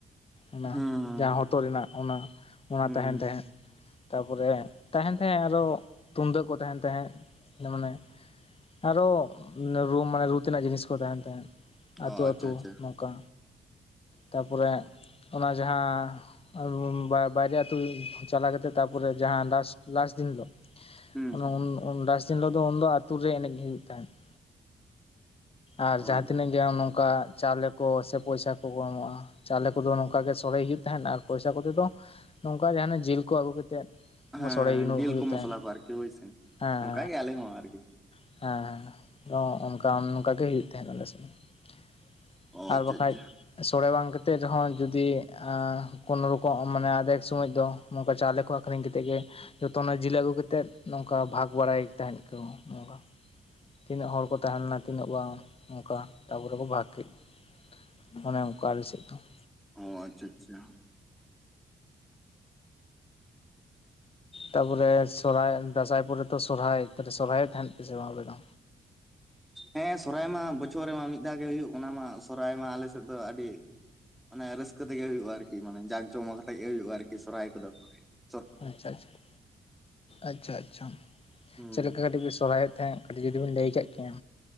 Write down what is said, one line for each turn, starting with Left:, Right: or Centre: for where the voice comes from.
Left: ᱚᱱᱟ
Centre: ᱦᱩᱸ
Left: ᱡᱟᱦᱟᱸ ᱦᱚᱴᱚᱜ ᱨᱮᱱᱟᱜ ᱚᱱᱟ ᱚᱱᱟ
Centre: ᱦᱩᱸ
Left: ᱛᱟᱦᱮᱱ ᱛᱟᱦᱮᱸᱫ᱾ ᱛᱟᱯᱚᱨᱮ ᱛᱟᱦᱮᱱ ᱛᱟᱦᱮᱸᱜ ᱟᱨᱚ ᱛᱩᱢᱫᱟᱜ ᱠᱚ ᱛᱟᱦᱮᱱ ᱛᱟᱦᱮᱸᱜ ᱾ ᱤᱱᱟᱹ ᱢᱟᱱᱮ ᱟᱨᱚ ᱨᱩ ᱢᱟᱱᱮ ᱨᱩ ᱛᱮᱱᱟᱜ ᱡᱤᱱᱤᱥ ᱠᱚ ᱛᱟᱦᱮᱱ ᱛᱟᱦᱮᱸᱫ ᱾ ᱟᱹᱛᱩ
Centre: ᱚ ᱟᱪᱪᱷᱟ
Left: ᱟᱹᱛᱩ
Centre: ᱟᱪᱪᱷᱟ
Left: ᱱᱚᱝᱠᱟ ᱛᱟᱨᱯᱚᱨᱮ ᱚᱱᱟ ᱡᱟᱦᱟᱸ ᱟᱨ ᱵᱟ ᱵᱟᱡᱟᱨ ᱟᱛᱩ ᱪᱟᱞᱟᱣ ᱠᱟᱛᱮᱜ ᱛᱟᱯᱚᱨᱮ ᱡᱟᱦᱟᱸ ᱞᱟᱥᱴ ᱞᱟᱥᱴ ᱫᱤᱱ ᱦᱤᱞᱳᱜ
Centre: ᱦᱩᱸ
Left: ᱚᱱᱟ ᱚᱱᱟ ᱞᱟᱥᱴ ᱫᱤᱱ ᱦᱤᱞᱳᱜ ᱫᱚ ᱩᱱ ᱫᱚ ᱟᱛᱩ ᱨᱮ ᱮᱱᱮᱡᱽ ᱦᱩᱭᱩᱜ ᱛᱟᱦᱮᱸᱫ ᱾ ᱟᱨ
Centre: ᱚ
Left: ᱡᱟᱦᱟᱸ ᱛᱤᱱᱟᱹᱜ ᱜᱮ ᱚᱱᱮ ᱚᱝᱠᱟ ᱪᱟᱣᱞᱮ ᱠᱚ ᱥᱮ ᱯᱚᱭᱥᱟ ᱠᱚᱠᱚ ᱮᱢᱚᱜᱼᱟ ᱾ ᱪᱟᱣᱞᱮ ᱠᱚᱫᱚ ᱱᱚᱝᱠᱟᱜᱮ ᱥᱚᱲᱮ ᱦᱩᱭᱩᱜ ᱛᱟᱦᱮᱸᱱ ᱟᱨ ᱯᱚᱭᱥᱟ ᱠᱚᱛᱮ ᱫᱚ ᱱᱚᱝᱠᱟ ᱡᱟᱦᱱᱟᱜ ᱡᱤᱞ ᱠᱚ ᱟᱹᱜᱩ ᱠᱟᱛᱮᱜ
Centre: ᱦᱮᱸ
Left: ᱥᱚᱲᱮ
Centre: ᱡᱤᱞ
Left: ᱦᱩᱭᱩᱜ
Centre: ᱠᱚ ᱢᱚᱥᱞᱟ
Left: ᱛᱟᱦᱮᱸᱱ
Centre: ᱠᱚ ᱟᱨᱠᱤ ᱦᱳᱭᱥᱮ
Left: ᱦᱮᱸ
Centre: ᱚᱱᱠᱟ
Left: ᱦᱮᱸ
Centre: ᱜᱮ ᱟᱞᱮ ᱦᱚᱸ ᱟᱨᱠᱤ
Left: ᱦᱮᱸ ᱾ ᱦᱮᱸ ᱛᱚ ᱚᱱᱠᱟ ᱚᱱᱠᱟ ᱜᱮ ᱦᱩᱭᱩᱜ ᱛᱟᱦᱮᱸᱫ ᱟᱞᱮ ᱥᱮᱫ ᱫᱚ ᱾
Centre: ᱚ ᱟᱪᱪᱷᱟ
Left: ᱟᱨ ᱵᱟᱠᱷᱟᱡᱽ᱾
Centre: ᱟᱪᱪᱷᱟ
Left: ᱥᱳᱲᱮ ᱵᱟᱝ ᱠᱟᱛᱮᱫ ᱨᱮᱦᱚᱸ ᱡᱩᱫᱤ ᱟᱸ ᱠᱳᱱᱳ ᱨᱚᱠᱚᱢ ᱢᱟᱱᱮ ᱟᱫᱷᱮᱠ ᱥᱳᱚᱢᱚᱭ ᱫᱚ ᱱᱚᱝᱠᱟ ᱪᱟᱣᱞᱮ ᱠᱚ ᱟᱹᱠᱷᱨᱤᱧᱟ ᱠᱟᱛᱮᱫ ᱜᱮᱼᱼ ᱡᱷᱚᱛᱼᱚᱱᱟ ᱡᱤᱞ ᱟᱹᱜᱩ ᱠᱟᱛᱮᱫ ᱱᱚᱝᱠᱟ ᱵᱷᱟᱜᱽ ᱵᱟᱲᱟᱭ ᱛᱟᱦᱮᱸᱫ ᱠᱚ ᱱᱚᱝᱠᱟ᱾ ᱛᱤᱱᱟᱹᱜ ᱦᱚᱲ ᱠᱚ ᱛᱟᱦᱮᱸ ᱞᱮᱱᱟ ᱛᱤᱱᱟᱹᱜ ᱵᱟᱝ ᱚᱱᱠᱟ ᱛᱟᱯᱚᱨᱮ ᱠᱚ ᱵᱷᱟᱜᱽ ᱠᱮᱫ ᱾ ᱚᱱᱮ ᱚᱱᱠᱟ ᱟᱞᱮ ᱥᱮᱫ ᱫᱚ ᱾
Centre: ᱚᱸ ᱟᱪᱪᱷᱟ ᱟᱪᱪᱷᱟ
Left: ᱛᱟᱯᱚᱨᱮ ᱥᱚᱨᱦᱟᱭ ᱫᱟᱸᱥᱟᱭ ᱯᱚᱨᱮ ᱛᱚ ᱥᱚᱨᱦᱟᱭ ᱥᱚᱨᱦᱟᱭ ᱛᱟᱦᱮᱱ ᱯᱮ ᱥᱮ ᱵᱟᱝ ᱟᱯᱮ ᱫᱚ?
Centre: ᱦᱮᱸ ᱥᱚᱨᱦᱟᱭ ᱢᱟ ᱵᱚᱪᱷᱚᱨ ᱨᱮᱢᱟ ᱢᱤᱫ ᱫᱷᱟᱣ ᱜᱮ ᱦᱩᱭᱩᱜ ᱚᱱᱟ ᱢᱟ ᱥᱚᱨᱦᱟᱭ ᱢᱟ ᱟᱞᱮ ᱥᱮᱫ ᱫᱚ ᱟᱹᱰᱤᱼᱼ ᱢᱟᱱᱮ ᱨᱟᱹᱥᱠᱟᱹ ᱛᱮᱜᱮ ᱦᱩᱭᱩᱜᱼᱟ ᱟᱨᱠᱤ ᱢᱟᱱᱮ ᱡᱟᱠ ᱡᱚᱢᱚᱠ ᱠᱟᱛᱮᱜ ᱜᱮ ᱦᱩᱭᱩᱜᱼᱟ ᱟᱨᱠᱤ ᱥᱚᱨᱦᱟᱭ ᱠᱚᱫᱚ ᱾
Left: ᱟᱪᱪᱷᱟ ᱟᱪᱪᱷᱟ ᱟᱪᱪᱷᱟ ᱟᱪᱪᱷᱟ
Centre: ᱦᱩᱸ
Left: ᱪᱮᱫ ᱞᱮᱠᱟ ᱠᱟᱹᱴᱤᱡ ᱯᱮ ᱥᱚᱨᱦᱟᱭᱚᱜ ᱠᱟᱹᱴᱤᱡ ᱡᱩᱫᱤ ᱵᱤᱱ ᱞᱟᱹᱭ ᱠᱮᱫ ᱠᱮᱭᱟᱹ?